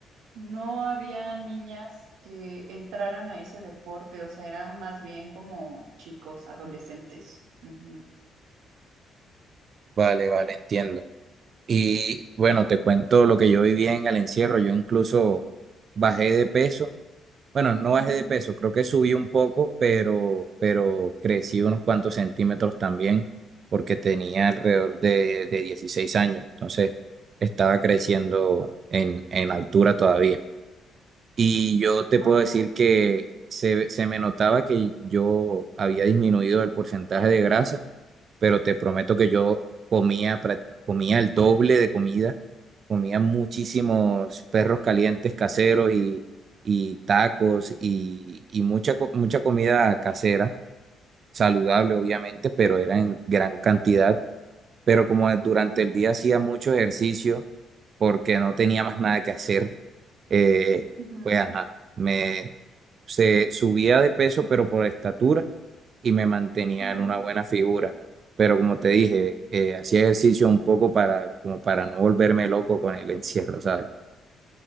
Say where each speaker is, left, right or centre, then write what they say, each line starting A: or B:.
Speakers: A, on the right; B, on the right.
A: no había niñas que entraran a ese deporte. O sea, eran más bien como chicos, adolescentes. Ujú.
B: Vale, vale, entiendo. Y bueno, te cuento lo que yo viví en el encierro. Yo incluso bajé de peso. Bueno, no
A: Mm,
B: bajé de peso, creo que subí un poco, pero, pero crecí unos cuantos centímetros también, porque tenía alrededor de, de 16 años. Entonces, estaba creciendo en, en altura todavía. Y yo te
A: ah,
B: puedo decir que se, se me notaba que yo había disminuido el porcentaje de grasa pero te prometo que yo comía, pra- comía el doble de comida, comía muchísimos perros calientes caseros y, y tacos y, y mucha, co- mucha comida casera, saludable obviamente, pero era en gran cantidad. Pero como durante
A: ujú,
B: el día hacía mucho ejercicio porque no tenía más nada que hacer eh,
A: ujú,
B: pues ajá, me se subía de peso, pero por estatura y me mantenía
A: ujú.
B: en una buena figura. Pero como te dije, eh, hacía ejercicio un poco para, como para no volverme loco con el encierro, ¿sabes?